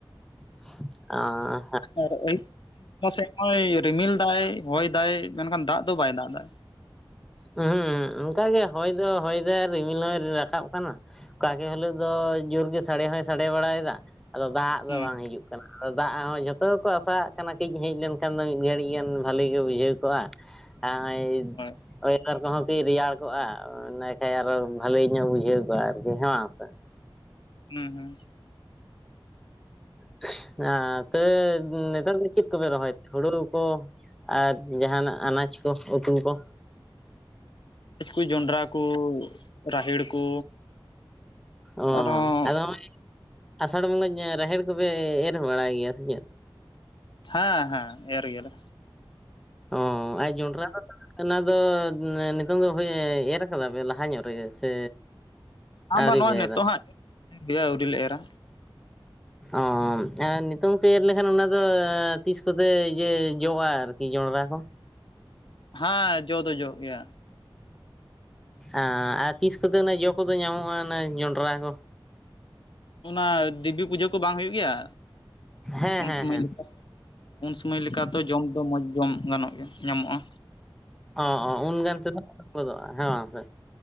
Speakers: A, in the centre; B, on the left (about 65°).
A: ᱚ
B: ᱟᱨ ᱟᱹᱭᱩᱵ ᱟᱹᱭᱩᱵ ᱵᱮᱞᱟ ᱥᱮᱫ ᱱᱚᱜᱼᱭ ᱨᱤᱢᱤᱞ ᱫᱟᱭ ᱦᱚᱭ ᱫᱟᱭ ᱢᱮᱱᱠᱷᱟᱱ ᱫᱟᱜ ᱫᱚ ᱵᱟᱭ ᱫᱟᱜ ᱮᱫᱟ
A: ᱦᱮᱸ ᱚᱱᱠᱟᱜᱮ ᱦᱚᱭ ᱫᱚ ᱦᱚᱭ ᱫᱟᱭ ᱟᱨ ᱨᱤᱢᱤᱞ ᱦᱚᱭ ᱨᱟᱠᱟᱵ ᱠᱟᱱᱟ ᱚᱠᱟᱠᱮ ᱦᱤᱞᱳᱜ ᱫᱚ ᱡᱳᱨ ᱜᱮ ᱥᱟᱰᱮ ᱦᱚᱸᱭ ᱥᱟᱰᱮ ᱵᱟᱲᱟᱭᱮᱫᱟ ᱟᱫᱚ ᱫᱟᱜ ᱫᱚ
B: ᱦᱮᱸ
A: ᱵᱟᱝ ᱦᱤᱡᱩᱜ ᱠᱟᱱᱟ ᱫᱟᱜ ᱦᱚᱸ ᱡᱷᱚᱛᱚ ᱜᱮᱠᱚ ᱟᱥᱟᱜ ᱠᱟᱱᱟ ᱠᱟᱹᱡ ᱦᱮᱡ ᱞᱮᱱᱠᱷᱟᱱ ᱫᱚ ᱢᱤᱫ ᱜᱷᱟᱹᱲᱤᱡ ᱜᱟᱱ ᱵᱷᱟᱹᱞᱤ ᱜᱮ ᱵᱩᱡᱷᱟᱹᱣ ᱠᱚᱜᱼᱟ <unintelligible>
B: ᱦᱳᱭ
A: ᱞᱟᱛᱟᱨ ᱠᱚᱦᱚᱸ ᱠᱤ ᱨᱮᱭᱟᱲ ᱠᱚᱜᱼᱟ ᱤᱱᱟᱹ ᱠᱷᱟᱡ ᱟᱨᱚ ᱵᱷᱟᱹᱞᱤ ᱧᱚᱜ ᱵᱩᱡᱷᱟᱹᱣ ᱠᱚᱜᱼᱟ ᱟᱨᱠᱤ ᱦᱮᱸ ᱵᱟᱝ ᱥᱮ
B: ᱦᱮᱸ ᱦᱮᱸ
A: <unintelligible> ᱱᱮᱛᱟᱨ ᱫᱚ ᱪᱮᱫ ᱠᱚᱯᱮ ᱨᱚᱦᱚᱭ ᱦᱳᱲᱳ ᱠᱚ ᱟᱨ ᱡᱟᱦᱟᱱᱟᱜ ᱟᱱᱟᱡᱽ ᱠᱚ ᱩᱛᱩ ᱠᱚ᱾
B: <unintelligible> ᱠᱚ ᱡᱚᱱᱰᱽᱨᱟ ᱠᱚ ᱨᱟᱦᱮᱲ ᱠᱚ
A: ᱚ
B: ᱟᱨᱦᱚᱸ
A: ᱟᱫᱚ ᱦᱚᱸᱜᱼᱚᱭ ᱟᱥᱟᱲ ᱵᱚᱸᱜᱟ ᱨᱟᱦᱮᱲ ᱠᱚᱯᱮ ᱮᱨ ᱵᱟᱲᱟᱭ ᱜᱮᱭᱟ ᱥᱮ ᱪᱮᱫ?
B: ᱦᱮᱸ ᱦᱮᱸ ᱮᱨ ᱜᱮᱭᱟ ᱞᱮ
A: ᱚ ᱟᱨ ᱡᱚᱸᱰᱨᱟ ᱫᱚ <unintelligible> ᱚᱱᱟ ᱫᱚ ᱱᱤᱛᱚᱝ ᱫᱚ ᱦᱳᱭ ᱮᱨ ᱠᱟᱫᱟ ᱯᱮ ᱞᱟᱦᱟ ᱧᱚᱜ ᱨᱮᱜᱮ ᱥᱮ?
B: ᱵᱟᱝ
A: ᱟᱹᱣᱨᱤ
B: ᱵᱟᱝ ᱱᱚᱜᱼᱚᱭ
A: ᱯᱮ
B: ᱱᱤᱛᱚᱜ
A: ᱮᱨᱟ
B: ᱦᱚᱸ ᱟᱹᱣᱨᱤ ᱞᱮ ᱮᱨᱟ
A: ᱚ ᱟᱨ ᱱᱤᱛᱚᱝ ᱯᱮ ᱮᱨ ᱞᱮᱠᱷᱟᱱ ᱚᱱᱟ ᱫᱚ ᱛᱤᱥ ᱠᱚᱛᱮ ᱩᱭᱟᱹ ᱡᱚᱜᱼᱟ ᱟᱨᱠᱤ ᱡᱚᱸᱰᱨᱟ ᱠᱚ
B: ᱦᱮᱸ ᱡᱚ ᱫᱚ ᱡᱚᱜ ᱜᱮᱭᱟ᱾
A: ᱟᱸ ᱛᱤᱥ ᱠᱚᱛᱮ ᱡᱚ ᱠᱚᱫᱚ ᱧᱟᱢᱚᱜ-ᱟ ᱚᱱᱮ ᱡᱚᱸᱰᱨᱟ ᱠᱚ?
B: ᱚᱱᱟ ᱫᱮᱵᱤ ᱯᱩᱡᱟᱹ ᱠᱚ ᱵᱟᱝ ᱦᱩᱭᱩᱜ ᱜᱮᱭᱟ
A: ᱦᱮᱸ
B: ᱩᱱ
A: ᱦᱮᱸ
B: ᱥᱩᱢᱟᱹᱭ
A: ᱦᱮᱸ
B: ᱞᱮᱠᱟ ᱩᱱ ᱥᱩᱢᱟᱹᱭ ᱞᱮᱠᱟ ᱛᱚ ᱡᱚᱢ ᱫᱚ ᱢᱚᱸᱡᱽ ᱡᱚᱢ ᱜᱟᱱᱚᱜ ᱜᱮᱭᱟ ᱧᱟᱢᱚᱜ-ᱟ᱾
A: ᱚᱸ ᱚᱸ ᱩᱱ ᱜᱟᱱ ᱛᱮᱫᱚ <inaudible> ᱜᱚᱫᱚᱜ-ᱟ ᱦᱮᱸ ᱵᱟᱝ ᱥᱮ᱾